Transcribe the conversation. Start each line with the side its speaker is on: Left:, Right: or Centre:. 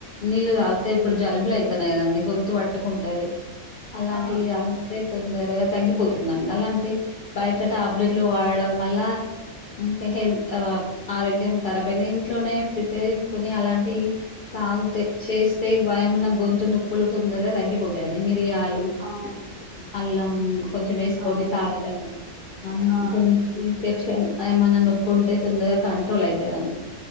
Left: నీళ్ళు తాగితే ఇప్పుడు జలుబులు అయితున్నాయి కదండి గొంతు పట్టుకుంటది అలాంటివి
Right: ఆ
Left: రాతే తొందరగా తగ్గిపోతుందండి అలాంటి బయట టాబ్లెట్లు వాడడం వల్ల ఇంకా హెల్త్ ఆ ఆరోగ్యం కరాబ్ ఇంట్లోనే ప్రిపేర్ చేసుకుని అలాంటివి తాగుతే చేసి ఏమన్న గొంతు నొప్పులు తొందరగా తగ్గిపోతాయండి మీరు మిరియాలు
Right: అవును
Left: అల్లం కొంచెం వేసుకొని
Right: అవునవును
Left: తాగడం
Right: మేడం
Left: అ
Right: ఆ
Left: గు <unintelligible> ఇన్ఫెక్షన్ ఏమన్నా నొప్పు ఉంటే తొందరగా కంట్రోల్ అవుతద అండి